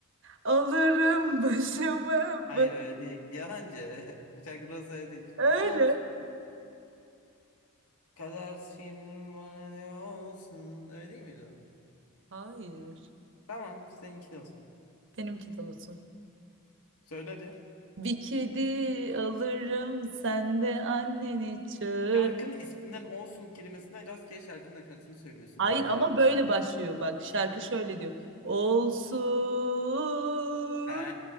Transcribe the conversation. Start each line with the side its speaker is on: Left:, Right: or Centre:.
Right: alırım başımı
Left: hayır
Right: ba-
Left: öyle değil. Yalancı. Şarkı nasıl öyle değil.
Right: öyle.
Left: Olsun. Kader şiirin bana diyor olsun. Öyle değil miydi o?
Right: Hayır.
Left: Tamam seninki de olsun.
Right: Benimki de olsun.
Left: Söyle hadi.
Right: Bir kedi alırım sen de anneni çağır.
Left: Şarkının isminden olsun kelimesinden rastgele şarkının nakaratını söylüyorsun
Right: Hayır
Left: bana ama.
Right: ama böyle başlıyor bak şarkı şöyle diyor. Olsun
Left: He,